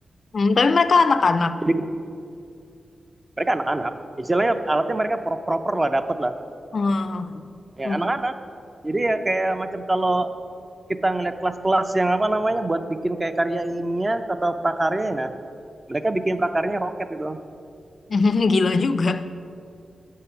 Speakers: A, on the left; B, on the right.
A: Hmm, tapi mereka anak-anak.
B: Jadi gede. Mereka anak-anak. Istilahnya alatnya mereka proper lah, dapat lah.
A: Hmm.
B: ya
A: Hmm.
B: anak-anak jadi ya kayak macam kalau kita ngeliat kelas-kelas yang apa namanya buat bikin kayak karya ilmiah atau prakarya ya, nah mereka bikin prakaryanya roket gitu
A: <laughs> Gila juga.